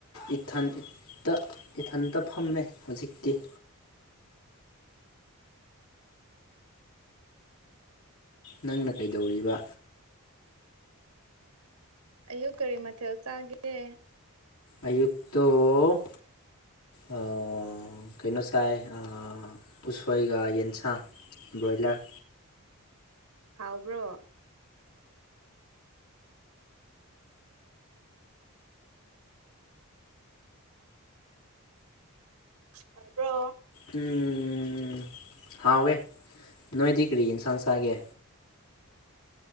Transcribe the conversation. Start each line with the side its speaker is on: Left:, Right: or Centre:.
Left: ꯏꯊꯟ ꯏꯇ ꯏꯊꯟꯇ ꯐꯝꯃꯦ ꯍꯧꯖꯤꯛꯇꯤ ꯅꯪꯅ ꯀꯩꯗꯧꯔꯤꯕ
Right: ꯑꯌꯨꯛ ꯀꯔꯤ ꯃꯊꯦꯜ ꯆꯥꯒꯦ
Left: ꯑꯌꯨꯛꯇ‌ꯣ ꯑꯥ ꯀꯩꯅꯣ ꯆꯥꯏ ꯑꯥ ꯎꯁꯣꯏꯒ ꯌꯦꯟꯁꯥꯡ ꯕ꯭ꯔꯣꯏꯂꯔ
Right: ꯍꯥꯎꯕ꯭ꯔꯣ ꯍꯥꯏꯕ꯭ꯔꯣ
Left: ꯎꯝ ꯍꯥꯎꯋꯦ ꯅꯣꯏꯗꯤ ꯀꯔꯤ ꯏꯟꯁꯥꯡ ꯆꯥꯒꯦ